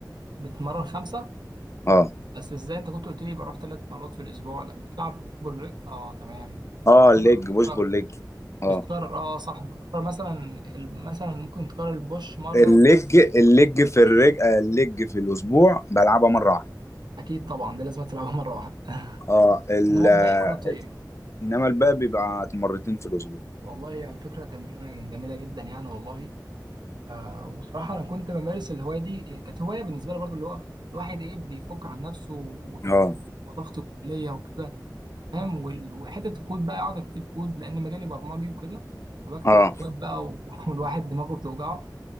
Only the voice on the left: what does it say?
اه
اه
الليج
بوش بول ليج اه
الليج
الليج
في الرج آه، الليج في الأسبوع بلعبها مرة واحدة
اه ال...
آه،
إنما الباقي بيبقى مرتين في الأسبوع
اه
اه